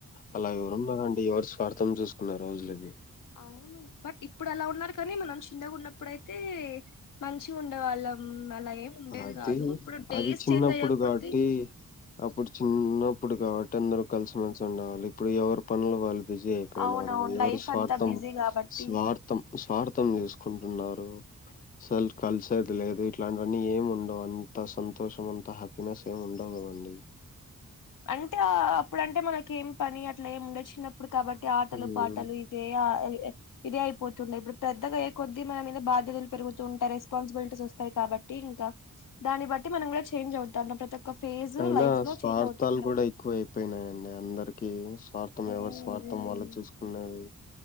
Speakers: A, on the left (about 25°); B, on the left (about 70°).
A: అలా ఎవరున్నారండి. ఎవరి స్వార్థం చూసుకునే రోజులు ఇవి
B: అవును బట్ ఇప్పుడు అలా ఉన్నారు కానీ మనం చింనాగా ఉన్నప్పుడయితే మంచి ఉండేవాళ్ళం అలా ఏం ఉండేది
A: అది
B: కాదు ఇప్పుడు డేస్
A: అది చిన్నప్పుడు
B: చేంజ్ అయ్యకోద్ది
A: కాబట్టి అప్పుడు చిన్నప్పుడు కాబట్టి అందరు కలిసిమెలిసి ఉండవాలి ఇప్పుడు ఎవరి పనులు వాళ్ళు బిజీ అయిపోయినారు
B: అవునవును
A: ఎవరి
B: లైఫ్
A: స్వార్థం
B: అంతా బిజీ కాబట్టి
A: స్వార్థం స్వార్థం చుసుకుంటున్నారు స్ల్ కలిసేది లేదు ఇట్లాంటివన్నీ ఏం ఉండవు అంత సంతోషం అంత హ్యాపీనెస్ ఏమి ఉండవు కదండి
B: అంటే అప్పుడంటే మనక ఏం పని అట్లా ఏమి ఉండ చిన్నప్పు ఇప్పుడు కాబట్టి ఆటలు
A: హ్మ్
B: పాటలు ఇదే ఇదే అయిపోతుండయి ఇప్పుడు పెద్దగా కొద్ది మనం బాధ్యతలు పెరుగుతు ఉంటాయి రెస్పాన్సిబిలిటీస్ వస్తాయి కాబట్టి ఇంకా దాన్ని బట్టి మనం కూడా చేంజ్ అవు ప్రత్య ఒక్క ఫేజ్
A: అయినా
B: లైఫ్ లో
A: స్వార్థాలు
B: చేంజ్ అవుతుంటాం
A: కూడా ఎక్కువ అయిపోయినాయి అండి అందరికి స్వార్థం
B: మ్మ్
A: ఎవరి స్వార్థం
B: మ్మ్
A: వల్ల చూసుకునేది